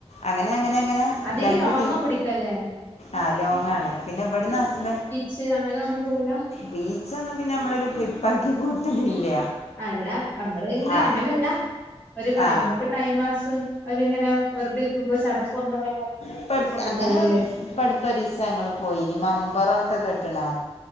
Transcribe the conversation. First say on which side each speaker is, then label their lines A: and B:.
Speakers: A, on the left; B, on the left.
A: അങ്ങനെ അങ്ങനെ ങ്ങനെ
B: അധികം
A: രണ്ട്
B: ലോങ്ങ്
A: ടീ
B: പിടിക്കല്ലേ
A: ആഹ് ലോങ്ങണ് പിന്നെ ഇവിടന്ന് ഹസ്
B: ച്ച് അങ്ങനെ ഒനു പോവുല്ല
A: ബീച്ചൊന്നും പിന്നെ നമ്മളൊരു ട്രിപ്പ് ആക്കി കൂട്ടലില്ല
B: അല്ല നമ്മള് ഇങ്ങനെ
A: ആ
B: അങ്ങനെല്ല ഒരു നമുക്ക്
A: ആ
B: ടൈം പാസ് ഒര്ങ്ങനെ വെറുതെരിക്കുമ്പോ ചടപ്പ് <unintelligible>
A: പ്പട്ത്ത്
B: ട്രിപ്പൊക്കെ
A: അങ്ങനെ
B: പോവല്ലേ
A: പ്പടുത്ത് ഒരീസ ഞങ്ങള്ൾ പോയി ഇനി മമ്പറൊക്കെ കെട്ട്ണോ